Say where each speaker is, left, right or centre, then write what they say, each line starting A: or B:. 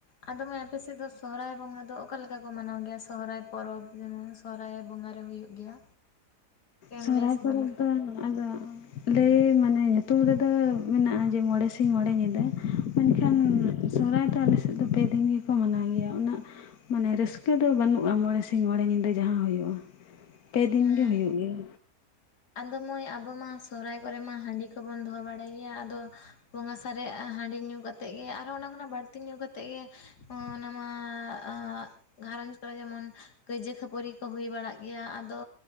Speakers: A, on the left; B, on the left.
A: ᱟᱫᱚ ᱢᱟᱹᱭ ᱟᱯᱮ ᱥᱮᱫ ᱫᱚ ᱥᱚᱦᱚᱨᱟᱭ ᱵᱚᱸᱜᱟ ᱫᱚ ᱚᱠᱟ ᱞᱮᱠᱟ ᱠᱚ ᱢᱟᱱᱟᱣ ᱜᱮᱭᱟ ᱥᱚᱦᱨᱟᱭ ᱯᱚᱨᱚᱵᱽ ᱡᱮᱢᱚᱱ᱾ ᱥᱚᱦᱚᱨᱟᱭ ᱵᱚᱸᱜᱟ ᱨᱮ ᱦᱩᱭᱩᱜ ᱜᱮᱭᱟ᱾ ᱠᱟᱹᱡ ᱮᱢ
B: ᱥᱚᱦᱚᱨᱟᱭ
A: ᱞᱟᱹᱭ ᱥᱚᱫᱚᱨ
B: ᱯᱚᱨᱚᱵᱽ
A: ᱞᱮᱠᱷᱟᱡ
B: ᱫᱚ ᱟᱫᱚ ᱞᱟᱹᱭ ᱢᱟᱱᱮ ᱧᱩᱛᱩᱢ ᱨᱮ ᱫᱚ ᱢᱮᱱᱟᱜᱼᱟ ᱡᱮ ᱢᱚᱬᱮ ᱥᱤᱧ ᱢᱚᱬᱮ ᱧᱤᱫᱟᱹ᱾ ᱢᱮᱱᱠᱷᱟᱱ
A: ᱦᱮᱸ
B: ᱥᱚᱦᱚᱨᱟᱭ ᱫᱚ ᱟᱞᱮ ᱥᱮᱫ ᱫᱚ ᱯᱮ ᱫᱤᱱ ᱜᱮᱠᱚ ᱢᱟᱱᱟᱣ ᱜᱮᱭᱟ, ᱩᱱᱟᱹᱜ ᱢᱟᱱᱮ ᱨᱟᱹᱥᱠᱟᱹ ᱫᱚ ᱵᱟᱹᱱᱩᱜᱼᱟ ᱢᱚᱬᱮ ᱥᱤᱧ ᱢᱚᱬᱮ ᱧᱤᱫᱟᱹ ᱡᱟᱦᱟᱸ ᱦᱩᱭᱩᱜᱼᱟ᱾ ᱯᱮ ᱫᱤᱱ
A: ᱦᱮᱸ
B: ᱜᱮ ᱦᱩᱭᱩᱜ ᱜᱮᱭᱟ᱾
A: ᱟᱫᱚ ᱢᱟᱹᱭ ᱟᱵᱚ ᱢᱟᱸ ᱥᱚᱦᱚᱨᱟᱭ ᱠᱚᱨᱮ ᱢᱟ ᱦᱟᱺᱰᱤ ᱠᱚᱵᱚᱱ ᱫᱚᱦᱚ ᱵᱟᱲᱟᱭ ᱜᱮᱭᱟ, ᱟᱫᱚ ᱵᱚᱸᱜᱟ ᱥᱟᱨᱮ ᱟ ᱦᱟᱺᱰᱤ ᱧᱩ ᱠᱟᱛᱮᱜ ᱜᱮ ᱟᱨᱦᱚᱸ ᱚᱱᱟ ᱠᱷᱚᱱᱟᱜ ᱵᱟᱹᱲᱛᱤ ᱧᱩ ᱠᱟᱛᱮᱜ ᱜᱮ ᱚᱻᱱᱟᱢᱟᱸᱻ ᱟᱺ ᱜᱷᱟᱨᱚᱸᱡᱽ ᱠᱚᱨᱮ ᱡᱮᱢᱚᱱ ᱠᱟᱹᱭᱡᱟᱹ ᱠᱷᱟᱹᱯᱟᱹᱨᱤ ᱠᱚ ᱦᱩᱭ ᱵᱟᱲᱟᱜ ᱜᱮᱭᱟ ᱟᱫᱚ